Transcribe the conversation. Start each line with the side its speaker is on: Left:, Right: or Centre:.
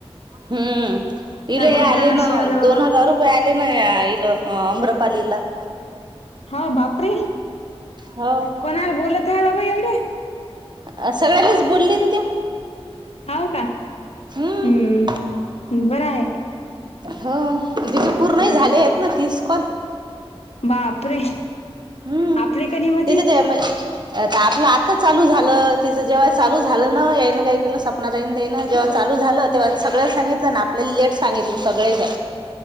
Right: हम्म इले
Left: त्या ग्रुपला
Right: आले
Left: मेसेज
Right: ना
Left: आला
Right: दोन
Left: बाबा
Right: हजार होय आले ना या इलं अ अम्रपालीला.
Left: हो बापरीे
Right: हो
Left: कोणाला बोलत आहे बाबा एवढे?
Right: अ सगळ्यांलीच बोललीन तीव.
Left: हाव का
Right: हम्म
Left: हम्म बरं आहे.
Right: हो तिचेे पूर्ण
Left: हम्म.
Right: ही झाले आहेत ना तीस कॉल.
Left: बापरे!
Right: हम्म
Left: आपले कधी होतील
Right: तेच्यात. <unintelligible> तर आपलं आत्ता चालू झालं तिचं जेव्हा चालू झालं ना याईन काही केलं सपना ताईन देई ना जेव्हा चालू झालं तेव्हा सगळ्याला सांगितलं ना आपल्या लेट सांगितलं सगळे जा.